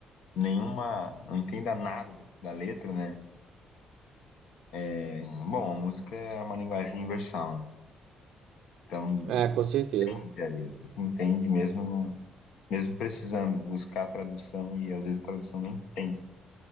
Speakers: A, on the left (about 80°); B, on the right (about 80°).
A: nenhuma. não entenda nada da, da letra, né? É, bom, a música é uma linguagem universal, né? Então
B: É,
A: você
B: com
A: se
B: certeza.
A: entende ali, você se entende mesmo, não- mesmo precisando buscar a tradução e às vezes a tradução nem tem